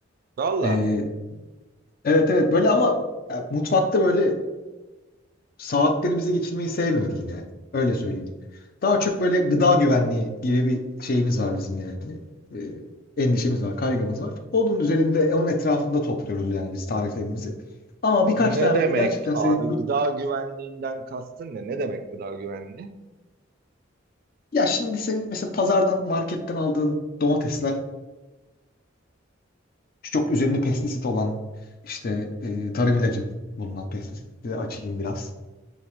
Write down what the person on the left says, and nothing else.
Ee, evet evet böyle ama e, mutfakta böyle saatlerimizi geçirmeyi sevmiyoruz yani. Öyle söyleyeyim. Daha çok böyle gıda güvenliği gibi bir şeyimiz var bizim yani. Ee, endişemiz var, kaygımız var. Onun üzerinde, onun etrafında topluyoruz yani biz tariflerimizi. Ama birkaç
tane
böyle gerçekten
sevdiğim çok...
Ya şimdi senin mesela pazardan, marketten aldığın domatesler çok üzerinde pestisit olan işte e, tarım ilacı bulunan pestisitleri açayım biraz.